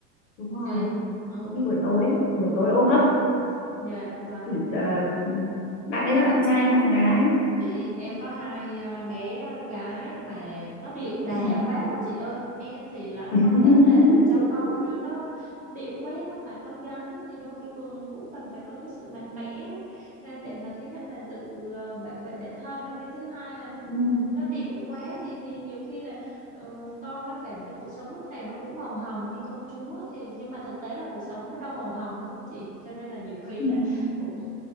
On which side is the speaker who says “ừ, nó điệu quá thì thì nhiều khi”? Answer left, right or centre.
Right